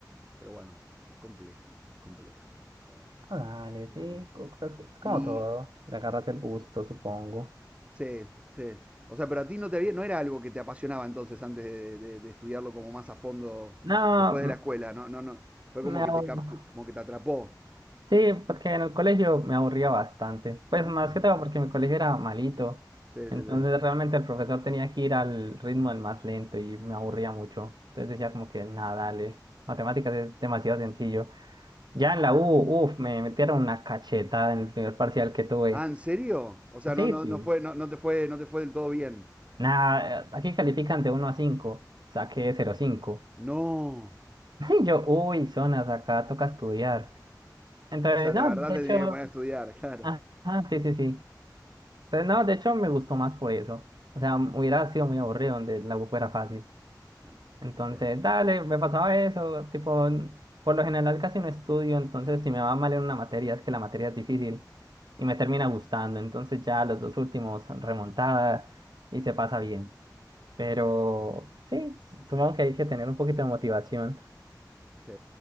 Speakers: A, on the right (about 15°); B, on the right (about 75°).
A: pero bueno, es compleja, es compleja. sí,
B: Ah, Dale,
A: de
B: sí.
A: una.
B: co- cosas que- Es como
A: Y
B: todo. Le agarras el gusto, supongo.
A: sí, sí. O sea, pero a ti no te había, no era algo que te apasionaba entonces antes de, de- de estudiarlo como más a fondo
B: No,
A: después de la escuela. No, no, no. Fue como
B: me
A: que te
B: abur-
A: captu- como que te atrapó.
B: Sí, porque en el colegio me aburría bastante. Pues
A: Ah,
B: más que todo porque mi colegio era malito.
A: sí, sí,
B: Entonces
A: sí.
B: realmente el profesor tenía que ir al ritmo del más lento y me aburría mucho. Entonces decía como que nada, dale. Matemáticas es demasiado sencillo. Ya en la U, uff, me metieron una cachetada en el primer parcial que tuve.
A: Ah, ¿en serio? O sea,
B: Sí,
A: no, no,
B: sí.
A: no fue, no, no te fue, no te fue del todo bien.
B: Nada, eh, aquí califican de 1 a cinco Saqué 0,5.
A: No.
B: <laughs> Y yo, uy, zonas, acá toca estudiar. Entonces,
A: O sea, de
B: no,
A: verdad
B: de
A: te
B: hecho.
A: tenía que poner a estudiar, <laughs> claro.
B: Ah, ah, sí, sí, sí. Entonces, no, de hecho me gustó más por eso. O sea, hubiera sido muy aburrido donde la U fuera fácil.
A: Claro.
B: Entonces,
A: Sí,
B: dale, me pasaba eso. Tipo, n- por lo general casi no estudio, entonces si me va mal en una materia es que la materia es difícil y me termina gustando. Entonces ya los dos últimos remontada y se pasa bien. Pero
A: claro.
B: sí, s- supongo que hay que tener un poquito de motivación.
A: Sí.